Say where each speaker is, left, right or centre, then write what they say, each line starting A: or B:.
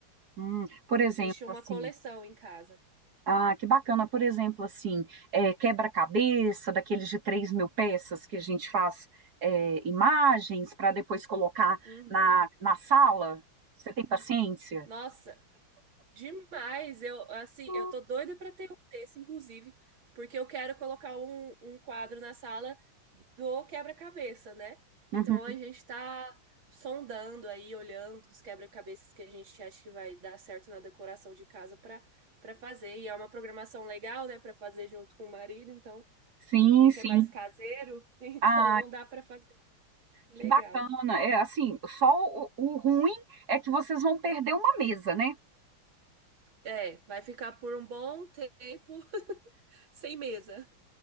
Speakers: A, on the right (about 50°); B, on the right (about 70°).
A: Hum, por exemplo,
B: A gente tinha
A: assim.
B: uma coleção em casa.
A: Ah, que bacana. Por exemplo, assim, é, quebra-cabeça, daqueles de três mil peças que a gente faz é, imagens para depois colocar
B: Uhum.
A: na, na sala. Você tem paciência?
B: Nossa. Demais, eu assim,
A: Uhum.
B: eu tô doida pra ter um desse, inclusive, porque eu quero colocar um, um quadro na sala do quebra-cabeça, né?
A: Uhum.
B: Então a gente tá sondando aí, olhando os quebra-cabeças que a gente acha que vai dar certo na decoração de casa pra para fazer. E é uma programação legal, né, Pra fazer junto com o marido, então
A: Sim,
B: a gente
A: sim.
B: é mais caseiro, <laughs> então
A: Ah,
B: dá pra fazer legal.
A: que bacana. É assim, só o, o ruim é que vocês vão perder uma mesa, né?
B: É, vai ficar por um bom tempo <laughs> sem mesa.